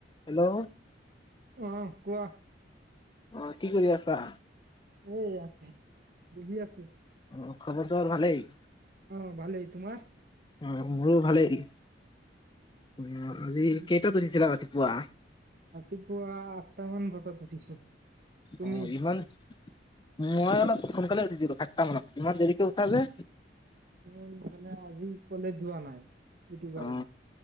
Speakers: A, on the left; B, on the right.
A: Hello
B: অ' কোৱা!
A: অ', কি কৰি আছা?
B: এইয়া বহি‌ আছো।
A: অ' খবৰ ছবৰ ভালেই।
B: অ' ভালেই। তোমাৰ?
A: অ' মোৰো ভালেই। উ কালি
B: উম
A: কেইটাত আহিছিলা ৰাতি? পুৱা
B: ৰাতিপুৱা আঠটা মান বাজাত উঠিছো, তুমি।
A: অ ইমান মই অলপ সোনকালে <unintelligible> ইমান দেৰিকে উঠা যে?
B: উম মানে আজি কলেজ যোৱা নাই, সিটো কাৰণে।
A: অ